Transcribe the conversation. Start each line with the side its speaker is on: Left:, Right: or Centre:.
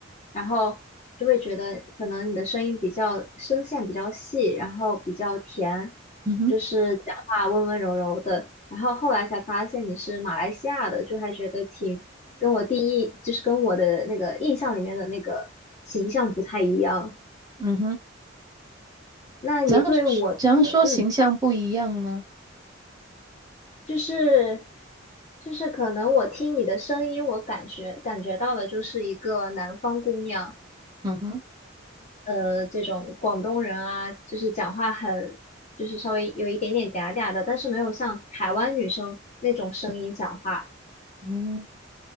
Left: 然后就会觉得可能你的声音比较声线比较细，然后比较甜，
Right: 嗯哼
Left: 就是讲话温温柔柔的，然后后来才发现你是马来西亚的，就还觉得挺。跟我第一就是跟我的那个印象里面的那个形象不太一样。
Right: 嗯哼，
Left: 那你对我的，
Right: 怎样怎样说形象不一样呢？
Left: 嗯，就是就是可能我听你的声音，我感觉感觉到的就是一个南方姑娘，
Right: 嗯哼
Left: 呃，这种广东人啊，就是讲话很就是稍微有一点点嗲嗲的，但是没有像台湾女生那种声音讲话
Right: 嗯